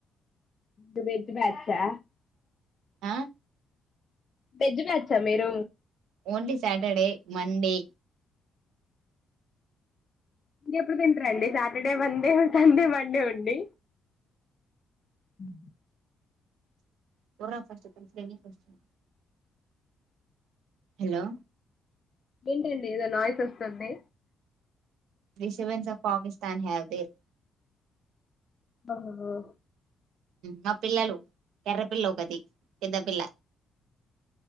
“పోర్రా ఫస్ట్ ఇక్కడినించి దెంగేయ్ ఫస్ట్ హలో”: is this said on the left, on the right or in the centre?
Right